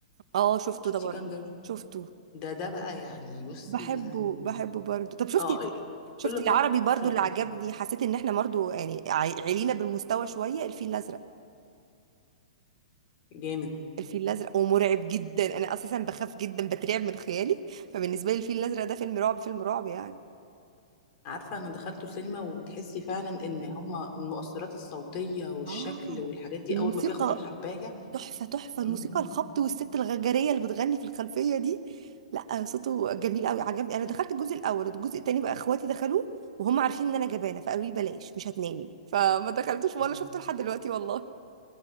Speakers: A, on the right; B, on the left.
A: اه شفته
B: شفتي
A: ده برضه
B: جانجر
A: شفته
B: ده ده بقى يعني بصي
A: بحبه
B: يعني
A: بحبه برضه طب شفتي
B: اه كل
A: شفتي العربي
B: فتره
A: برضه اللي
B: كده
A: عجبني حسيت ان احنا برضه يعني عي- علينا بالمستوى شويه الفيل الازرق
B: جامد
A: الفيل الازرق ومرعب جدا انا اساسا بخاف جدا بترعب من خيالي فبالنسبه لي الفيل الازرق ده فيلم رعب فيلم رعب يعني
B: عارفة أنا دخلته سينما وتحسي فعلا إن هما المؤثرات الصوتية والشكل
A: اه
B: والحاجات دي
A: الموسيقى
B: أول ما بياخد الحباية
A: تحفة تحفة
B: مم.
A: الموسيقى الخبط والست الغجرية اللي بتغني في الخلفية دي لا صوته جميل قوي عجبني انا دخلت الجزء الاول الجزء التاني بقى اخواتي دخلوه وهم عارفين ان انا جبانة فقالوا لي بلاش مش هتنامي فما دخلتوش ولا
B: مم.
A: شفته لحد دلوقتي والله